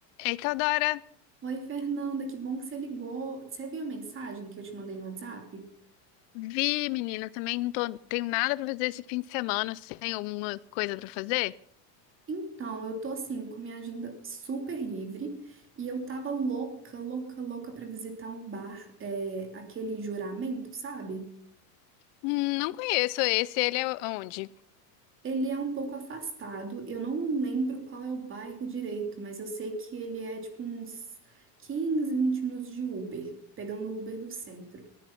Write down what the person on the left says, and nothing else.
Eita, Dora,
vi, menina, também não tô, tenho nada pra fazer esse fim de semana. Você tem alguma coisa pra fazer?
Hum, Não conheço esse, ele é onde?